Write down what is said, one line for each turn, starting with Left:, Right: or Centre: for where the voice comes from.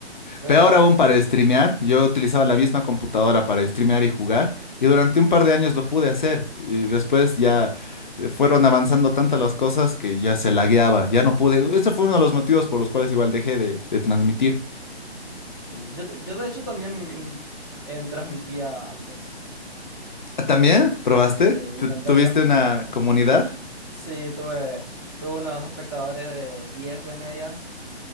Right: Pero
Left: Peor aún para streamear, yo utilizaba la misma computadora para streamear y jugar, y durante un par de años lo pude hacer, y después ya eh, fueron avanzando tantas las cosas que ya se lagueaba, ya no pude. Ese fue uno de los motivos por los cuales igual dejé de, de transmitir.
Right: sí, yo, yo de hecho también in- en transmitía antes.
Left: Ah, ¿También probaste?
Right: Sí,
Left: ¿Tu-
Right: intenté
Left: ¿Tuviste
Right: transmitir.
Left: una comunidad?
Right: Sí, tuve, tuve unos espectadores de 10 de media.